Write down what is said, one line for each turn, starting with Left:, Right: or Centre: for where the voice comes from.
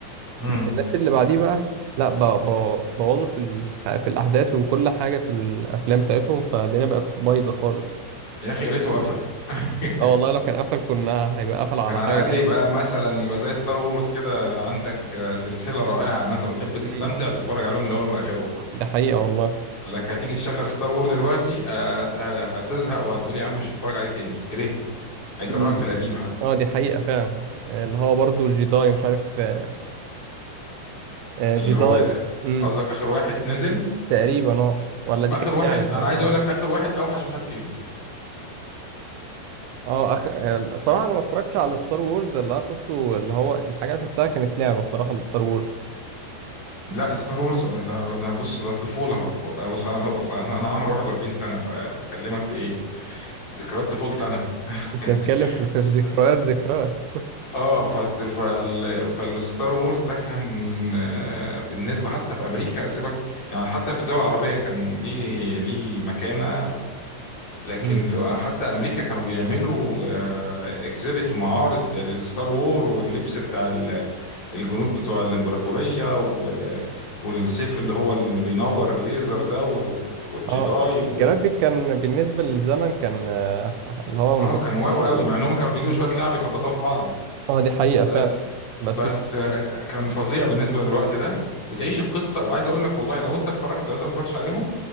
Left: امم
Right: بس الناس اللي بعديه بقى لا ب- ب- بوظوا في ال... في الاحداث وكل حاجه في الافلام بتاعتهم فالدنيا بقت بايظه خالص
Left: يا اخي يا ريته قفل <laughs>
Right: اه والله لو كان قفل كنا هيبقى قفل على
Left: كان على
Right: حاجه
Left: الاقل
Right: جامده
Left: يبقى مثلا يبقى زي ستار وورز كده عندك آه، سلسله رائعه مثلا تحب تستمتع
Right: مم.
Left: تتفرج عليهم من اول لاخرهم
Right: ده حقيقه والله
Left: لك هتيجي تشغل ستار وورز دلوقتي آه، آه، هتزهق وهتقول يا عم مش هتفرج عليه تاني كرهته هيكرهك
Right: مم.
Left: في القديم حتى
Right: اه دي حقيقه فعلا آه، اللي هو برضو جيداي مش عارف آه، آه،
Left: اللي
Right: جيداي
Left: هو آه،
Right: امم
Left: قصدك اخر واحد نزل
Right: تقريبا اه ولا دي
Left: اخر
Right: كانت
Left: واحد
Right: لعبه دي
Left: انا
Right: ولا مش
Left: عايز
Right: عارف
Left: اقول لك اخر واحد اوحش واحد فيهم
Right: اه أخ... آه، الصراحه انا ما اتفرجتش على ستار وورز اللي انا شفته اللي هو الحاجه اللي أنا شفتها كانت لعبه الصراحه ستار وورز
Left: لا ستار وورز آه، ده ده بص ده الطفوله آه، بص انا اصلا انا عمري 41 سنه فبكلمك في ايه ذكريات طفولتي انا <laughs>
Right: بنتكلم في <laughs> في- في ذكريات ذكريات
Left: اه فت... فال... فالستار وورز ده كان آه، بالنسبه حتى في امريكا سيبك يعني حتى في الدول العربيه كان ليه ليه مكانه لكن
Right: مم.
Left: في آه، حتى امريكا كانوا بيعملوا اكزيبت ومعارض للستار وور واللبس بتاع ال- الجنود بتوع الامبراطوريه و... والسيف اللي هو اللي بينور الليزر ده و... والجداي
Right: اه
Left: و...
Right: الجرافيك كان بالنسبة للزمن كان آه، اللي هو
Left: اه
Right: جرافيك
Left: كان واو
Right: متطور
Left: قوي
Right: يعني
Left: مع انهم كانوا بيجيبوا شويه لعب يخبطوها في بعض
Right: اه دي حقيقة
Left: بس
Right: فعلا بس
Left: بس آه، كان فظيع بالنسبه للوقت ده وتعيش القصه وعايز اقول لك والله لو انت اتفرجت لو انت ما اتفرجتش عليهم